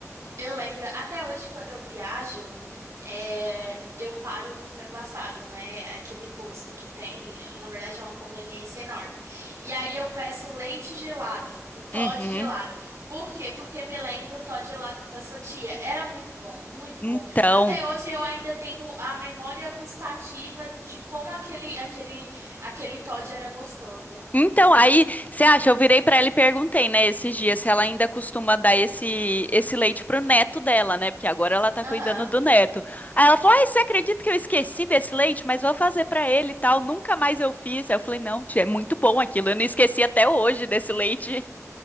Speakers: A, on the right; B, on the left.
A: Eu lembro, até hoje, quando eu viajo, é, eu paro no frango assado, né? Aquele posto que tem, na verdade, é uma conveniência enorme. E aí eu peço leite gelado, o Toddy
B: Uhum.
A: gelado. Por quê? Porque me lembro o Toddy gelado da sua tia. Era muito bom, muito
B: Então,
A: bom. Até hoje eu ainda tenho a memória gustativa de como aquele, aquele, aquele Toddy era gostoso.
B: Então, aí, você acha, eu virei pra ela e perguntei, né, esses dias, se ela ainda costuma dar esse, esse leite pro neto dela, né, porque agora ela tá
A: Aham.
B: cuidando do neto. Aí ela falou, ai, você acredita que eu esqueci desse leite? Mas vou fazer pra ele e tal, nunca mais eu fiz. Aí eu falei, não, tia, é muito bom aquilo, eu não esqueci até hoje desse leite.